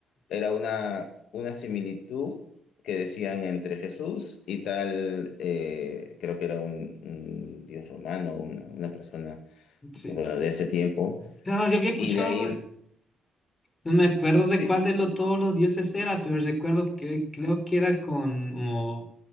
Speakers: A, on the left (about 75°); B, on the left (about 25°).
A: era una, una similitud que decían entre Jesús y tal, eh, creo que era un, un dios romano, una, una persona
B: Sí.
A: bueno, de ese tiempo,
B: No, yo había escuchado
A: Y de ahí,
B: algo, No me acuerdo de
A: sí,
B: cuál de lo, todos los dioses era, pero recuerdo que creo que era con como,